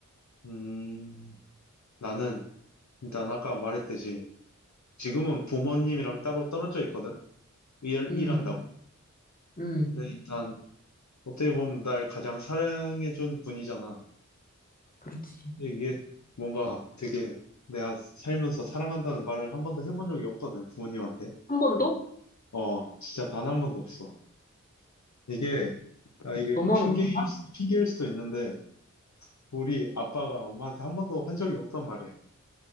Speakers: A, on the left (about 65°); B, on the left (about 30°).
A: 음, 나는 일단 아까 말했듯이 지금은 부모님이랑 따로 떨어져 있거든. 일,
B: 응
A: 일한다고.
B: 응
A: 근데 일단 어떻게 보면 날 가장 사랑해준 분이잖아.
B: 그렇지.
A: 근데 이게 뭔가 되게 내가 살면서 사랑한다는 말을 한 번도 해본 적이 없거든, 부모님한테.
B: 한 번도?
A: 어, 진짜 단 한 번도 없어. 이게, 아, 이게
B: 너무한
A: 핑계일,
B: 거 같나?
A: 수- 핑계일 수도 있는데, 우리 아빠가 엄마한테 한 번도 한 적이 없단 말이야.